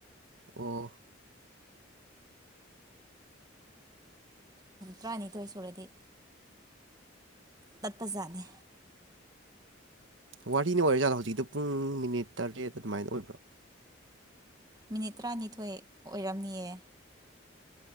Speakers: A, on the right; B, on the right.
A: ꯑꯣ
B: ꯇꯔꯥꯅꯤꯊꯣꯏ ꯁꯨꯔꯗꯤ ꯇꯠꯄꯖꯥꯠꯂꯦ
A: ꯋꯥꯔꯤꯅꯤ ꯑꯣꯏꯔꯦ ꯖꯥꯠꯂꯣ ꯍꯧꯖꯤꯛꯇ ꯄꯨꯡ ꯃꯤꯅꯤꯠ ꯇꯔꯦꯠ ꯑꯗꯨꯃꯥꯏꯅ ꯑꯣꯏꯕ꯭ꯔꯣ
B: ꯃꯤꯅꯤꯠ ꯇꯔꯥꯅꯤꯊꯣꯏ ꯑꯣꯏꯔꯝꯅꯤꯑ